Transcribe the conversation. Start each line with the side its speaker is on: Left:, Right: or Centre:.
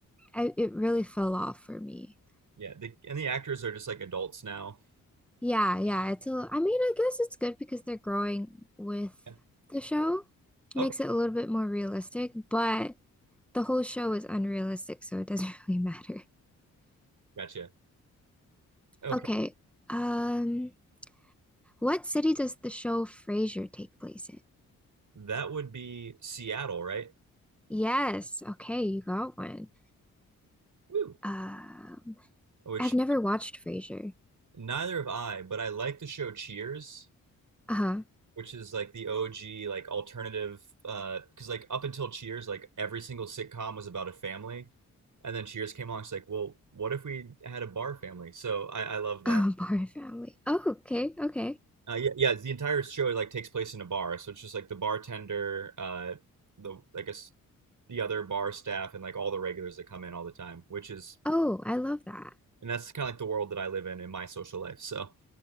Centre: I, it really fell off for me.
Right: Yeah, the, and the actors are just like adults now.
Centre: Yeah, yeah, it's a, I mean, I guess it's good because they're growing with
Right: Yeah.
Centre: the show.
Right: Okay,
Centre: Makes it a little bit more realistic, but the whole show is unrealistic, so it doesn't <laughs> really matter.
Right: gotcha. Okay,
Centre: Okay. Um, what city does the show Frasier take place in?
Right: that would be Seattle, right?
Centre: Yes. Okay, you got one.
Right: Woo.
Centre: Um,
Right: Which
Centre: I've never watched Frasier.
Right: neither have I, but I like the show Cheers,
Centre: Uh-huh.
Right: which is like the OG like alternative. Uh, because like up until Cheers, like every single sitcom was about a family, and then Cheers came along. It's like, well, what if we had a bar family? So I, I love that.
Centre: Oh, <laughs> Barn Family. Oh, okay, okay.
Right: Uh, yeah, yeah. The entire show like takes place in a bar, so it's just like the bartender, uh, the I guess the other bar staff and like all the regulars that come in all the time, which is
Centre: Oh, I love that.
Right: and that's kind of like the world that I live in in my social life. So